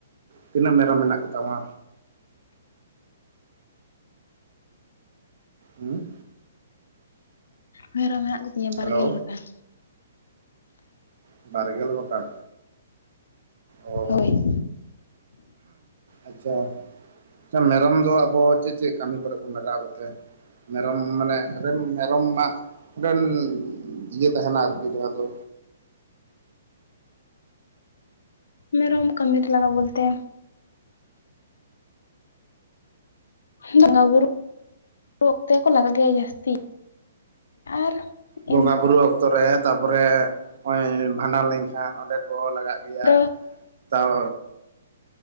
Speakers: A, on the right; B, on the left.
A: ᱛᱤᱱᱟᱹᱜ ᱢᱮᱨᱚᱢ ᱢᱮᱱᱟᱜ ᱠᱚ ᱛᱟᱢᱟ? ᱩᱸ
B: ᱢᱮᱨᱚᱢ ᱢᱮᱱᱟᱜ ᱠᱚ ᱛᱤᱧᱟ ᱵᱟᱨᱜᱮᱞ
A: ᱦᱮᱞᱳ
B: ᱜᱚᱴᱟᱝ᱾
A: ᱵᱟᱨᱜᱮᱞ ᱜᱚᱴᱟᱝ? ᱚ
B: ᱦᱳᱭ᱾
A: ᱟᱪᱪᱷᱟ ᱟᱪᱪᱷᱟ ᱢᱮᱨᱚᱢ ᱫᱚ ᱟᱵᱚ ᱪᱮᱜ ᱪᱮᱜ ᱠᱟᱹᱢᱤ ᱠᱚᱨᱮ ᱵᱚᱱ ᱞᱟᱜᱟᱣ ᱠᱚᱛᱮ? ᱢᱮᱨᱚᱢ ᱢᱟᱱᱮ ᱨᱮᱱ ᱢᱮᱨᱚᱢ ᱢᱟᱜ ᱵᱮᱱ ᱤᱭᱟᱹ ᱛᱟᱦᱮᱱᱟ ᱟᱨᱠᱤ ᱡᱟᱦᱟᱸ ᱫᱚ
B: ᱢᱮᱨᱚᱢ ᱠᱟᱹᱢᱤ ᱨᱮ ᱞᱟᱜᱟᱜ ᱵᱚᱞᱛᱮ ᱵᱚᱸᱜᱟ ᱵᱩᱨᱩ ᱚᱠᱛᱮ ᱠᱚ ᱞᱟᱜᱟᱜ ᱜᱮᱭᱟ ᱡᱟᱹᱥᱛᱤ ᱟᱨ
A: ᱵᱚᱸᱜᱟ
B: ᱮᱢᱱᱤ
A: ᱵᱩᱨᱩ ᱚᱠᱛᱚ ᱨᱮ ᱛᱟᱯᱚᱨᱮ ᱚᱸᱭ ᱵᱷᱟᱸᱰᱟᱱ ᱞᱮ ᱠᱷᱟᱱ ᱚᱸᱰᱮ ᱠᱚ ᱞᱟᱜᱟᱜ ᱜᱮᱭᱟ,
B: ᱫᱚ
A: ᱛᱟᱣ